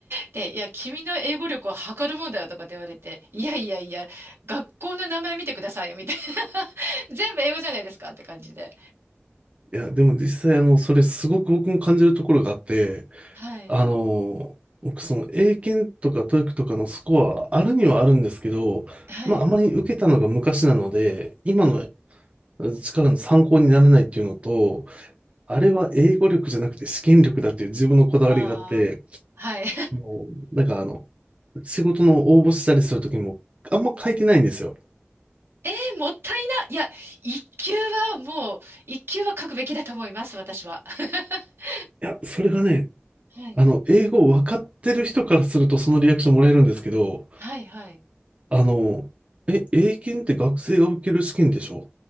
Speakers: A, on the right (about 75°); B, on the right (about 30°).
A: で、いや、君の英語力を測るもんだよとかって言われて、いやいやいや、学校の名前見てくださいよ、みたいな。<laughs> 全部英語じゃないですかって感じで。
B: いや、でも実際、あの、それすごく僕も感じるところがあって、
A: はい。
B: あの、僕、その、英検とかトー e i とかのスコアはあるにはあるんですけど、
A: はい。
B: まあ、あまり受けたのが昔なので、今の力の参考にならないっていうのと、あれは英語力じゃなくて試験力だっていう自分のこだわりがあって、
A: ああ。はい。<laughs>
B: もう、なんかあの、仕事の応募したりするときも、あんま書いてないんですよ。
A: えー、もったいな。いや、一級はもう、一級は書くべきだと思います、私は。<laughs>
B: いや、それがね、
A: はい。
B: あの、英語分かってる人からするとそのリアクションもらえるんですけど、
A: はい、はい。
B: あの、え、英検って学生が受ける試験でしょっ